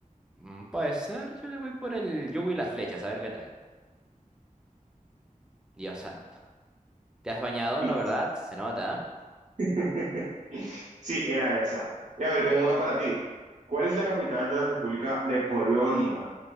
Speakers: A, in the centre; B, on the right.
A: Mm, Puede ser, yo le voy por el yugo y las flechas, a ver qué tal. Dios santo. ¿Te has bañado?
B: Y...
A: No, ¿verdad? Se nota.
B: <laughs> Sí, era esa. Y a ver, tengo una para ti. ¿Cuál es la capital de la República de Polonia?